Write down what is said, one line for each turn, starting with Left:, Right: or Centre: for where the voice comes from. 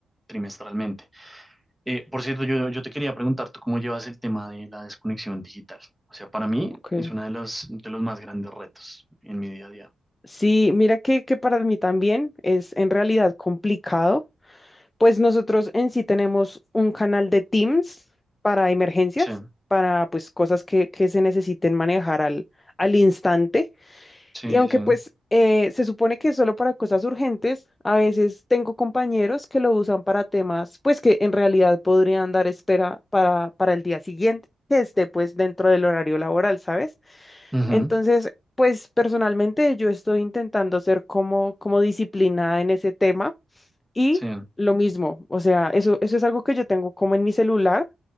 Centre: trimestralmente. Eh, por cierto, yo, yo te quería preguntar, ¿tú cómo llevas el tema de la desconexión digital? O sea, para mí
Left: ok.
Centre: es uno de los, de los más grandes retos en mi día a día.
Left: Sí, mira que, que para mí también es en realidad complicado Pues nosotros en sí tenemos un canal de Teams para emergencias,
Centre: Sí,
Left: para pues cosas que, que se necesiten manejar al, al instante.
Centre: sí,
Left: Y aunque
Centre: sí, sí.
Left: pues eh, se supone que es solo para cosas urgentes, a veces tengo compañeros que lo usan para temas pues que en realidad podrían dar espera para, para el día siguiente, que esté pues dentro del horario laboral, ¿sabes?
Centre: Ujú,
Left: Entonces, pues personalmente yo estoy intentando ser como, como disciplinada en ese tema y
Centre: Sí,
Left: lo mismo, o sea, eso, eso es algo que yo tengo como en mi celular,